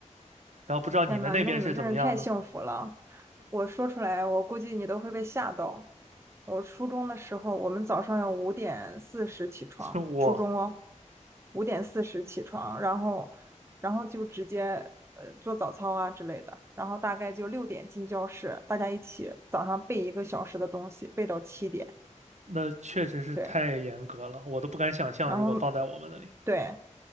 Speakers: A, on the right; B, on the right.
A: 然后不知道你们那边是怎么样呢？
B: 天呐，那你们真是太幸福了！我说出来，我估计你都会被吓到。我初中的时候，我们早上要五点四十起床，
A: <laughs> 是我。
B: 初中哦，五点四十起床，然后，然后就直接呃做早操啊之类的，然后大概就六点进教室，大家一起早上背一个小时的东西，背到七点，
A: 那确实是太严格了，
B: 对，
A: 我都不敢想象，
B: 然后
A: 如果放在我们那里，
B: 对。